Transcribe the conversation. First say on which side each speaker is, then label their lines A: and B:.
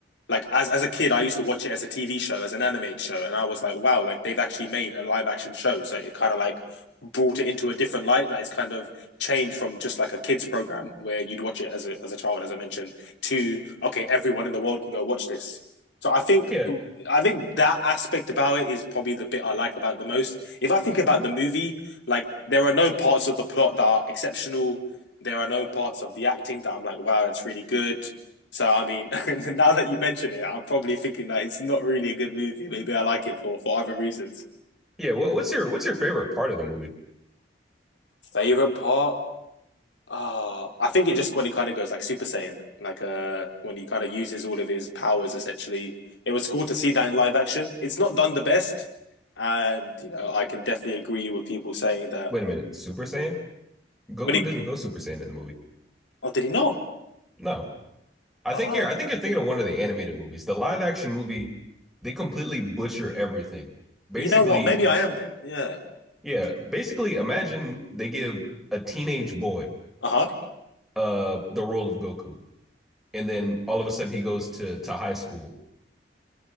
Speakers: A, on the left; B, in the centre.
A: like as as a kid, I used to watch it as a TV show, as an animated show, and I was like, wow, like they've actually made a live action show. So it kind of like brought it into a different light. Like it's kind of changed from just like a kids program where you'd watch it as a as a child, as I mentioned, to okay, everyone in the world can go watch this. So I think
B: Yeah,
A: I think that aspect about it is probably the bit I like about it the most. If I think about the movie, like there are no parts of the plot that are exceptional. There are no parts of the acting that I'm like, wow, that's really good. So I mean, <laughs> now that you mention it, I'm probably thinking that it's not really a good movie. Maybe I like it for for other reasons.
B: Yeah, what, what's your what's your favorite part of the movie?
A: Favorite part? Uh, I think it just when he kind of goes like Super Saiyan, like uh, when he kind of uses all of his powers. Essentially, it was cool to see that in live action. It's not done the best, and you know I can definitely agree with people saying that
B: Wait a minute, Super Saiyan? Goku
A: when he.
B: doesn't go Super Saiyan in the movie.
A: Oh, did he not?
B: No. I
A: Oh,
B: think you're I think you're thinking of one of the animated movies. The live action movie, they completely butcher everything. Basically,
A: you know what? Maybe I am then. Yeah.
B: yeah, basically imagine they give a teenage boy
A: Uh huh.
B: uh the role of Goku and then all of a sudden he goes to to high school.